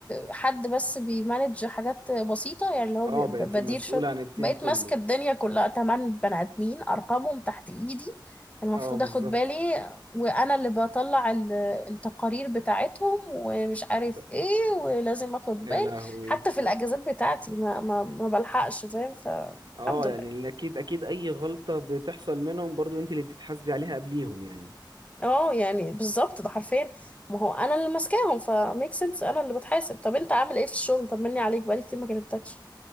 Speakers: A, on the left; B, on the right.
A: حد بس بيمانج حاجات بسيطة يعني اللي هو
B: اه
A: بي-
B: بقيتي
A: بدير
B: مسؤوله
A: شغل
B: عن التيم
A: بقيت
B: كله
A: ماسكة الدنيا كلها تمن بني آدمين أرقامهم تحت إيدي المفروض
B: اه بالظبط
A: أخد بالي وأنا اللي بطلع ال- التقارير بتاعتهم ومش عارف
B: ب-
A: إيه ولازم أخد
B: يا
A: بالي
B: لهوي
A: حتى في الأجازات بتاعتي ما ما ما بلحقش فاهم فالحمد
B: اه
A: لله
B: يعني اكيد اكيد اي غلطه بتحصل منهم برضو انت اللي بتتحاسبي عليها قبليهم يعني
A: اه يعني بالظبط ده حرفيا ما هو انا اللي ماسكاهم فميك سنس انا اللي بتحاسب طب انت عامل ايه في الشغل طمني عليك بقالي كتير ما كلمتكش